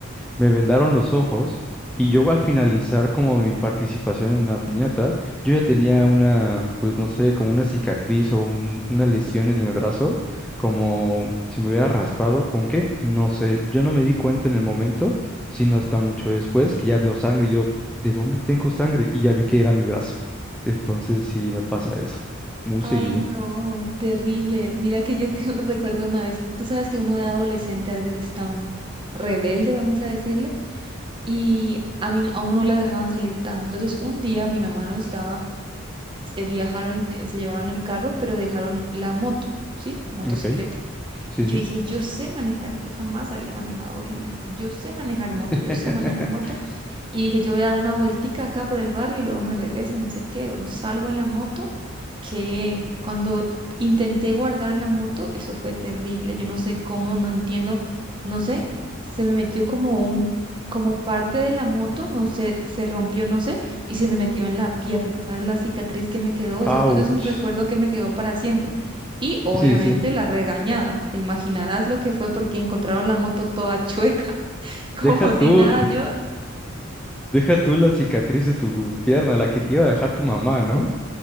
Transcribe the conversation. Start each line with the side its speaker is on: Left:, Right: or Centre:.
Centre: me vendaron los ojos y yo al finalizar como mi participación en una piñata, yo ya tenía una, pues no sé, como una cicatriz o un- una lesión en el brazo, como si me hubiera raspado, ¿con qué? No sé, yo no me di cuenta en el momento, sino hasta mucho después que ya veo sangre y yo, ¿de dónde tengo sangre? Y ya vi que era mi brazo. Entonces sí me pasa eso, muy
Right: Ay,
Centre: seguido.
Right: no, terrible. Mira que yo te <laughs> recuerdo una vez, tú sabes que uno de adolescente a veces es tan rebelde, vamos a decirle, y a mí a uno no le dejaban salir tanto. Entonces, un día mi mamá no estaba, se viajaron, eh, se llevaron el carro, pero dejaron la moto, ¿sí? Motocicleta.
Centre: Ujú, Ok, sí,
Right: Y yo
Centre: sí.
Right: dije, yo sé manejar, yo jamás había manejado, obviamente. Yo sé manejar moto,
Centre: <laughs>
Right: yo sé manejar moto. Y dije, yo voy a dar una vueltica acá por el barrio y luego me regreso, no sé qué. Bueno, salgo en la moto, que cuando intenté guardar la moto, eso fue terrible. Yo no sé cómo, no entiendo, no sé, se me metió como un, como parte de la moto, no sé, se rompió, no sé, y se me metió en la pierna, ¿sabes? La cicatriz que me quedó, eso,
Centre: Ouch.
Right: eso es un recuerdo que me quedó para siempre. Y obviamente
Centre: Sí, sí.
Right: la regañada, te imaginarás lo que fue porque encontraron la moto toda chueca, <laughs> como
Centre: Deja tú.
Right: si nada, yo.
Centre: Deja tú la cicatriz de tu pierna, la que te iba a dejar tu mamá, ¿no?